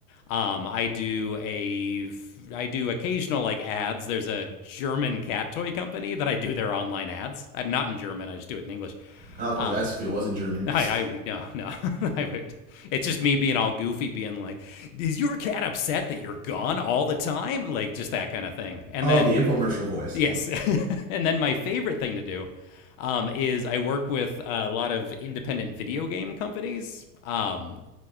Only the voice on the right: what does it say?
I was about
to ask if it was in German.
<laughs>
Oh,
the infomercial voice.